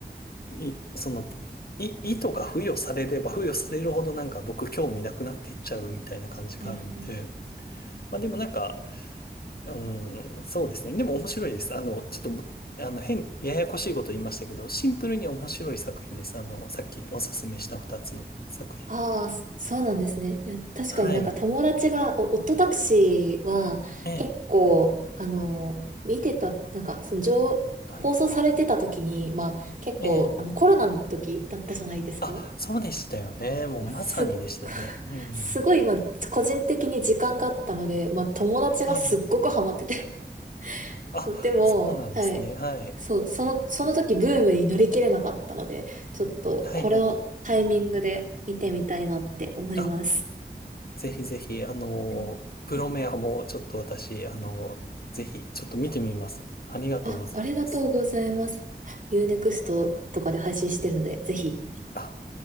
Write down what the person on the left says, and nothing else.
い、その、い、意図が付与されれば付与されるほどなんか僕興味なくなっていっちゃうみたいな感じがあるので、
まあでもなんか、うん、そうですね。でも面白いです。あの、ちょっとぶ、あの、変、ややこしいこと言いましたけど、シンプルに面白い作品です。あの、さっきおすすめした二つの作品。
はい。
ええ、
はい。
ええ。
あ、そうでしたよね。もうまさにでしたよね。
うん。
ええ。あ、
そうなんですね。
はい。
はいはい。あ、ぜひぜひ、あの、
プロメアもちょっと私、あの、ぜひ、ちょっと見てみます。ありがとうございます。
あ